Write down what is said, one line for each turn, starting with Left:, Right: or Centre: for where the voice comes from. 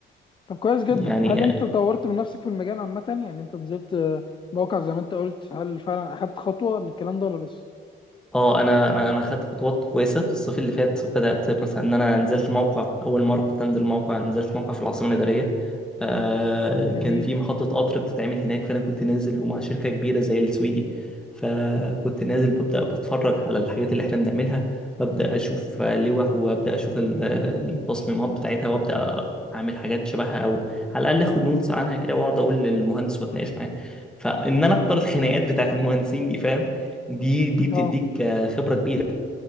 Left: طب كويس جدا
Centre: يعني
Left: هل انت طورت من نفسك في المجال عامه يعني انت نزلت آه، موقع زي ما انت قلت هل فعلا اخدت خطوه للكلام ده ولا لسه
Centre: اه انا انا انا خدت خطوات كويسه في الصيف اللي فات بدات مثلا ان انا نزلت موقع اول مره كنت انزل موقع نزلت موقع في العاصمه الاداريه آه كان
Left: جميل
Centre: في محطه قطر بتتعمل هناك فانا كنت نازل ومع شركه كبيره زي السويدي فكنت نازل ببدا بتفرج على الحاجات اللي احنا بنعملها ببدا اشوف لوح وابدا اشوف ال- التصميمات بتاعتها وابدا اعمل حاجات شبهها او على الاقل اخد نوتس عنها كده واقعد اقول للمهندس واتناقش معاه فان انا اقدر الخناقات بتاعت المهندسين دي فاهم دي دي بتديك
Left: اه
Centre: خبرة كبيرة